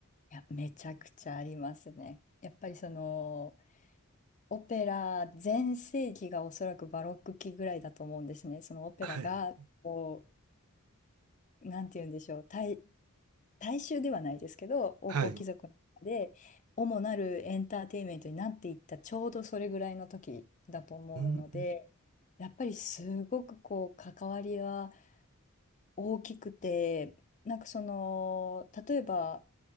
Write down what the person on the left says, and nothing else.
いや、めちゃくちゃありますね。やっぱりそのオペラ全盛期がおそらくバロック期ぐらいだと思うんですね。そのオペラがこ
う、なんて言うんでしょう、大、大衆ではないですけど、王侯貴族の中で主なるエンターテインメントになっていったちょうどそれぐらいの時だと思うので、
やっぱりすごくこう関わりは大きくて、なんかその、例えば